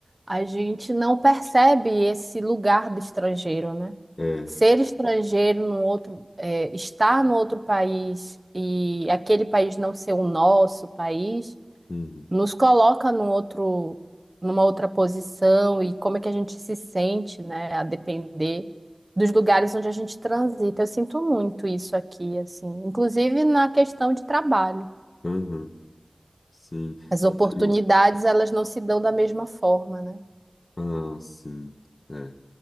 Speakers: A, on the right (about 30°); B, on the left (about 60°).
A: a gente não percebe esse lugar do estrangeiro, né?
B: É,
A: Ser estrangeiro no outro, é, estar no outro país e aquele país não ser o nosso país,
B: uhum,
A: nos coloca num outro, numa outra posição e como é que a gente se sente, né? A depender dos lugares onde a gente transita. Eu sinto muito isso aqui, assim, inclusive na questão de trabalho.
B: uhum, sim.
A: As
B: Nossa,
A: oportunidades,
B: eu,
A: elas não se dão da mesma forma, né?
B: ah, sim. é.